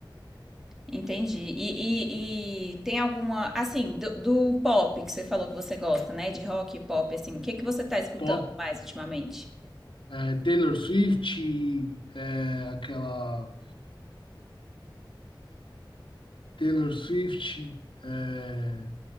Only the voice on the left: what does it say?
Pop,
é, Taylor Swift, é, aquela Taylor Swift, é,